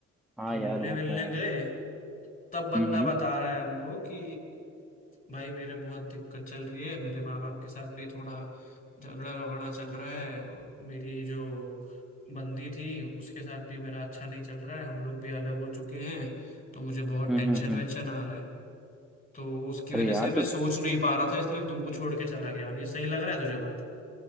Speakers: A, in the centre; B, on the left (about 30°).
A: हाँ
B: तो मिलने
A: यार वो
B: मिलने
A: तो है
B: गए तब बंदा
A: हम्म हम्म
B: बता रहा है हमको कि भाई मेरे बहुत दिक्कत चल रही है मेरे माँ बाप के साथ भी थोड़ा झगड़ा झगड़ा चल रहा है और मेरी जो बंदी थी उसके साथ भी मेरा अच्छा नहीं चल रहा है हम लोग भी अलग हो चुके हैं तो मुझे बहुत
A: हम्म
B: टेंशन
A: हम्म हम्म।
B: वेंशन आ रहा है तो उसकी
A: अरे
B: वजह
A: यार
B: से मैं
A: तो
B: सोच नहीं पा रहा था इसलिए मैं तुमको छोड़ के चला गया अब ये सही लग रहा है तुझे बात